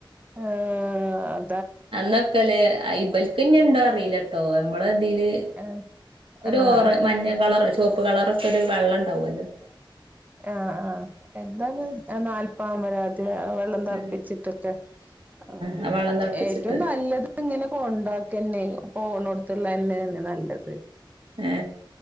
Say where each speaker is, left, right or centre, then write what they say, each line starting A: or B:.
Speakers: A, on the right; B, on the right.
A: ആഹ് അ-
B: അന്നൊക്കല്ലേ ഇബൽക്കിന്നെ ഉണ്ടോ അറിയില്ല ട്ടോ നമ്മളതില്
A: ആഹ്
B: ഒരു
A: ആഹ്
B: ഓറ് മഞ്ഞ കളറ് ചൊപ്- പ്പ് കളറൊക്കൊരു വെള്ളണ്ടാവല്ലോ
A: ആഹ് ആഹ് എന്താന്ന് ആ നാല്പ്പാമരാദി അ വെള്ളം തിളപ്പിച്ചിട്ടൊക്കെ
B: ഉം
A: ആഹ്
B: ആ വെള്ളം തിളപ്പിച്ചിട്ട്
A: ഏറ്റവും നല്ലത് ഇങ്ങനെ കൊണ്ടാക്കന്നെ പോണൊടുത്തുള്ള തന്നെനെ നല്ലത്
B: ഏ